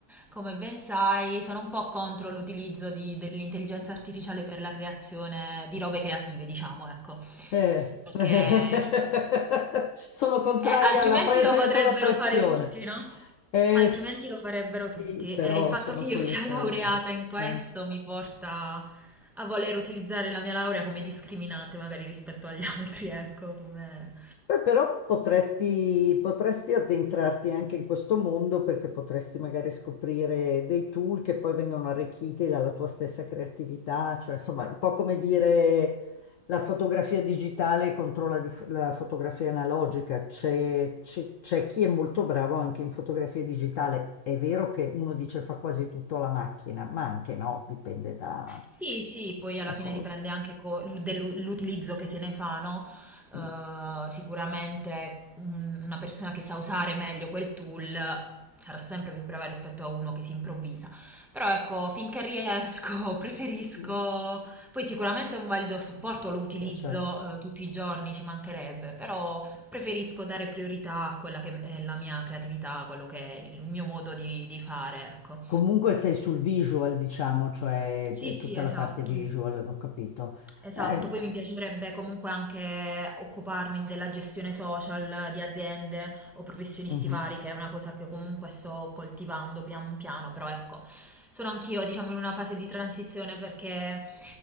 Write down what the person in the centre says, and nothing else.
come ben sai, sono un po' contro l'utilizzo di- dell'intelligenza artificiale per la creazione di robe creative, diciamo, ecco.
Perché
eh,
altrimenti
lo
potrebbero
fare tutti, no?
Altrimenti
lo farebbero tutti.
E il fatto
che io
sia
<laughs> laureata in questo
mi porta a voler utilizzare la mia laurea come discriminante, magari rispetto agli <laughs> altri, ecco, come...
Sì, sì, poi alla
fine
dipende anche co- dell'utilizzo che se ne fa, no?
Eh, sicuramente un- una persona che sa usare meglio quel tool sarà sempre più brava rispetto a uno che si improvvisa. Però ecco, finché riesco, <laughs> preferisco...
Poi sicuramente è un valido supporto, lo utilizzo,
eh, tutti i giorni, ci mancherebbe, però preferisco dare priorità a quella che è la mia creatività, a quello che è il mio modo di, di fare, ecco.
Sì,
sì,
esatto.
Esatto,
poi mi piacerebbe comunque anche occuparmi della gestione social di aziende o professionisti
vari, che è una cosa che comunque sto coltivando pian piano, però ecco, sono anch'io, diciamo, in una fase di transizione perché